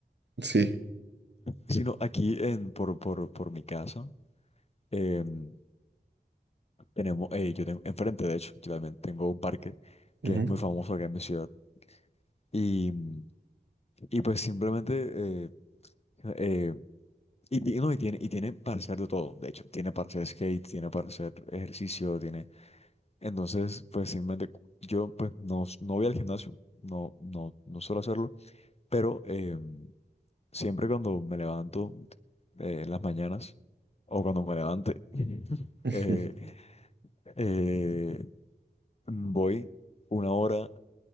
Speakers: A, on the right; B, on the left.
A: sí.
B: Sino aquí en, por, por, por mi casa, em, Tenemos, eh, yo tengo enfrente, de hecho, yo también tengo un parque que
A: ujú.
B: es muy
A: <laughs>
B: famoso acá en mi ciudad. Y, y pues simplemente, eh, eh, y, ti- no, y tiene, y tiene para hacer de todo, de hecho, tiene para hacer skate, tiene para hacer ejercicio, tiene. Entonces, pues simplemente cu- yo pues no, s- no voy al gimnasio, no, no, no suelo hacerlo, pero eh, siempre cuando me levanto eh, en las mañanas o cuando me levante, <laughs>
A: Ujú.
B: eh, eh, voy una hora